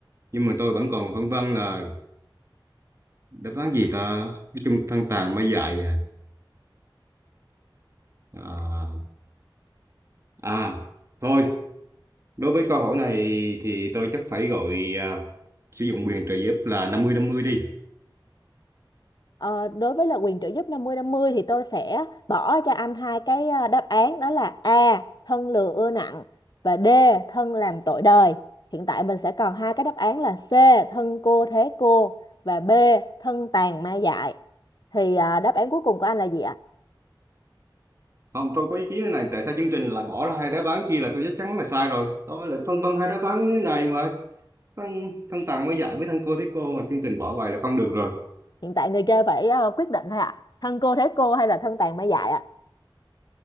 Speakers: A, on the right; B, on the left.
A: nhưng mà tôi vẫn còn phân vân là đáp án gì ta cái chung thân tàn mới dạy à à, à thôi đối với câu hỏi này thì tôi chắc phải gọi à, sử dụng quyền trợ giúp là năm mươi năm mươi đi
B: Ờ, đối với là quyền trợ giúp năm mươi năm mươi thì tôi sẽ bỏ cho anh hai cái à, đáp án đó là A thân lừa ưa nặng và D thân làm tội đời. Hiện tại mình sẽ còn hai cái đáp án là C thân cô thế cô và B thân tàn ma dại. Thì à, đáp án cuối cùng của anh là gì ạ?
A: không tôi có ý kiến thế này tại sao chương trình lại bỏ ra hai đáp án kia là tôi chắc chắn là sai rồi tôi lại phân vân hai đáp án thế này mà thân thân tàn mới dạy với thân cô thấy cô mà chương trình bỏ bài là không được rồi
B: Hiện tại người chơi phải à, quyết định thôi ạ. Thân cô thế cô hay là thân tàn ma dại ạ?